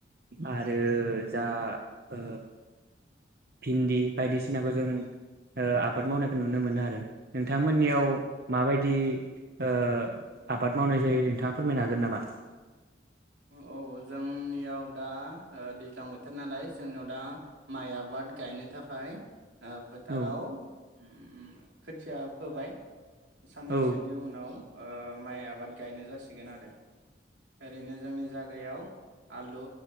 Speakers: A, on the right (about 55°); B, on the right (about 80°).
A: आरो जा ओ भिन्दि बायदिसिनाखौ जों ओ आबाद मावनायखौ नुनो मोनो आरो नोंथांमोननियाव माबायदि ओ आबाद मावनाय जायो नोंथाङा फोरमायनो हागोन नामा
B: औ जोंनियाव दा दैज्लां बोथोर नालाय जोंनियाव दा माइ आबाद गायनो थाखाय ओ फोथाराव
A: औ
B: उम खोथिया फोबाय साननैसोनि
A: औ
B: उनाव ओ माइ आबाद गायनो जासिगोन आरो ओरैनो जोंनि जायगायाव आलु